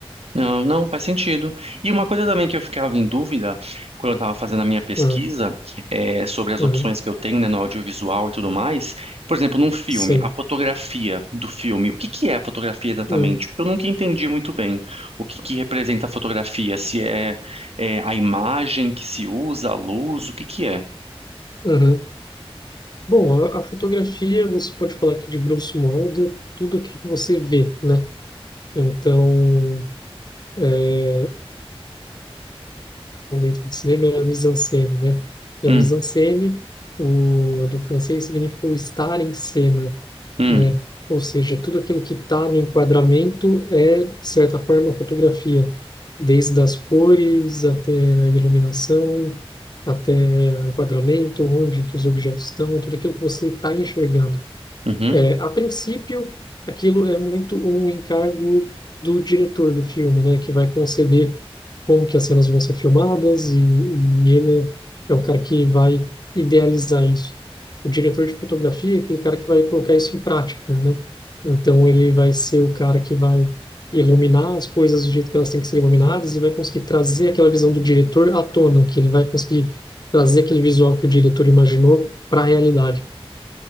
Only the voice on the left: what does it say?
Hum,
hum,
sim.
Hum,
uhum. Bom, a, a fotografia, você pode falar que de grosso modo é tudo aquilo que você vê, né? Então, é, livro de cinema é a mise-en-scène, né? E
a mise-en-scène, o, do francês, significa o estar em cena,
né? Ou seja, tudo aquilo que está no enquadramento é, de certa forma, fotografia, desde as cores até a iluminação, até o enquadramento, onde que os objetos estão, tudo aquilo que você está enxergando.
É, a princípio, aquilo é muito um encargo do diretor do filme, né, que vai conceber como que as cenas vão ser filmadas e, e ele é o cara que vai idealizar isso. O diretor de fotografia é aquele cara que vai colocar isso em prática, né? Então ele vai ser o cara que vai iluminar as coisas do jeito que elas têm que ser iluminadas e vai conseguir trazer aquela visão do diretor à tona, que ele vai conseguir trazer aquele visual que o diretor imaginou para a realidade.